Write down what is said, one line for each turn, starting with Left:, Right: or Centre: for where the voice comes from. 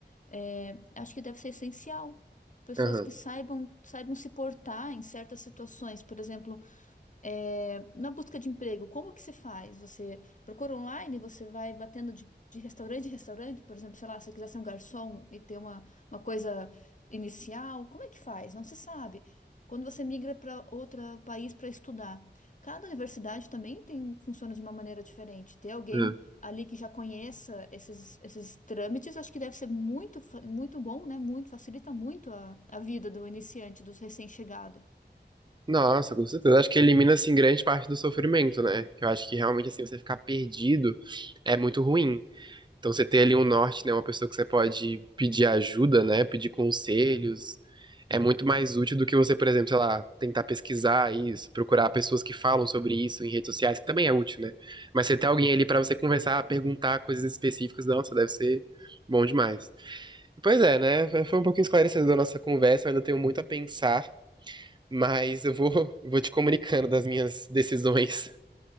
Left: é, acho que deve ser essencial. Pessoas
Right: Aham.
Left: que saibam, saibam se portar em certas situações. Por exemplo, é, na busca de emprego, como que você faz? Você procura online, você vai batendo de, de restaurante em restaurante, por exemplo, sei lá, se você quiser ser um garçom e ter uma, uma coisa inicial, como é que faz? Não se sabe. Quando você migra para outro país para estudar, cada universidade também tem, funciona de uma maneira diferente. Ter alguém
Right: Aham.
Left: ali que já conheça esses, esses trâmites, acho que deve ser muito, fa- muito bom, né? Muito, facilita muito a, a vida do iniciante, dos recém-chegados.
Right: Nossa, com certeza. Eu acho que elimina, assim, grande parte do sofrimento, né? Que eu acho que realmente, assim, você ficar perdido é muito ruim. Então você tem ali um norte, né? Uma pessoa que você pode pedir ajuda, né? Pedir conselhos. É muito mais útil do que você, por exemplo, sei lá, tentar pesquisar isso, procurar pessoas que falam sobre isso em redes sociais, que também é útil, né? Mas você ter alguém ali pra você conversar, perguntar coisas específicas, nossa, deve ser bom demais. Pois é, né? Foi um pouquinho esclarecedor a nossa conversa, eu ainda tenho muito a pensar, mas eu vou, eu vou te comunicando das minhas decisões.